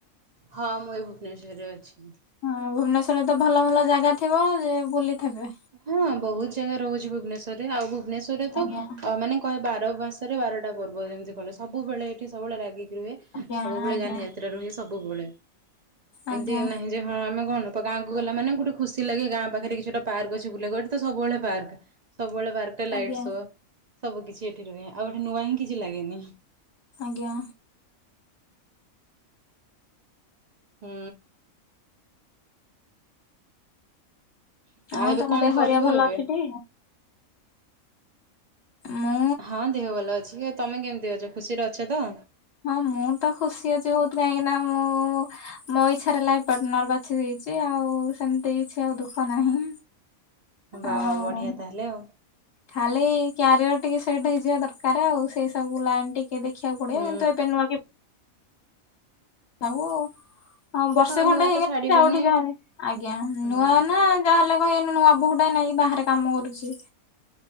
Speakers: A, on the right (about 60°); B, on the left (about 55°).
A: ହଁ ମୁଁ ଏ ଭୁବନେଶ୍ୱର ରେ ଅଛି।
B: ହଁ ଭୁବନେଶ୍ୱର ରେ ତ ଭଲ ଭଲ ଜାଗା ଥିବ ଯେ ବୁଲିଥେବେ
A: ହଁ ବୋହୁତ ଜାଗା ରୋହୁଚି ଭୁବନେଶ୍ଵର ରେ ଆଉ ଭୁବନେଶ୍ୱର ରେ ତ
B: ଆଜ୍ଞା
A: ଅ ମାନେ କହେ ବାର ମାସରେ ବାରଟା ପର୍ବ ଯେମିତି କଇଲେ ସବୁବେଳେ ଏଠି ସବୁବେଳେ ରାଗିକି ରୁହେ।
B: ଆଜ୍ଞା
A: ସବୁବେଳେ
B: ଆଜ୍ଞା
A: ଜାନି ଯାତ୍ରା ରୁହେ ସବୁବେଳେ
B: ଆଜ୍ଞା
A: ଏମତି ନାହିଁ ଯେ ହଁ ଆମେ କଣ ତ ଗାଁକୁ ଗଲା ମାନ ଗୋଟେ ଖୁସି ଲାଗେ ଗାଁ ପାଖେରେ କିଛିଟା ପାର୍କ ଅଛି ବୁଲିଆକୁ ଏଠି ତ ସବୁବେଳେ ପାର୍କ ସବୁବେଳେ ପାର୍କରେ ଲାଇଟ୍
B: ଆଜ୍ଞା
A: ସୋ ସବୁ କିଛି ଏଠି ରୁହେ ଆଉ ଏଠି ନୂଆ ହିଁ କିଛି ଲାଗେନି।
B: ଆଜ୍ଞା।
A: ହୁଁ।
B: ଆଉ
A: ଏବେ
B: ତମ
A: କଣ
B: ଦେହ
A: କରିବ
B: ହେରିଆ ଭଲ
A: ଏବେ?
B: ଅଛି ଟି? ମୁଁ
A: ହଁ ଦେହ ଭଲ ଅଛି, କି ତମେ କେମତି ଅଛ ଖୁସିରେ ଅଛ ତ?
B: ହଁ ମୁଁ ତ ଖୁସି ଅଛି ଭୋଉତ୍ କାଇଁକି ନା ମୁଁ ମୋ ଇଚ୍ଛାରେ ଲାଇଫ୍ ପାର୍ଟନର ବା ବାଛି ଦେଇଛି ଆଉ ସେମତି କିଛି ଆଉ ଦୁଃଖ ନାହିଁ।
A: ବାଃ
B: ଆଉ
A: ବାଃ ବଢ଼ିଆ ତାହେଲେ ଆଉ।
B: ଖାଲି କ୍ୟାରିୟର ଟିକେ ସେଟ ହେଇଯିବା ଦରକାରେ ଆଉ ସେଇ ସବୁ ଲାଇନ୍ ଟି। କେ ଦେଖିଆକୁ ପଡିବ
A: ହୁଁ
B: କିନ୍ତୁ ଏବେ ନୂଆ କି? ଆଉ ବର୍ଷେ
A: ହଁ
B: ଖଣ୍ଡେ
A: ନୂଆ
B: ହେଇଗଲେ
A: ତ ଛାଡିବେନି
B: ଯାହାଗୋଟେ ଯାହାଲେ ଆଜ୍ଞା
A: ହୁଁ
B: ନୂଆ
A: ହୁଁ
B: ନା। ଯାହାହଲେ କହିବେନା ନୂଆ ବୋହୂ ଟା ନାଇଁ ବାହାରେ କାମ କରୁଚି।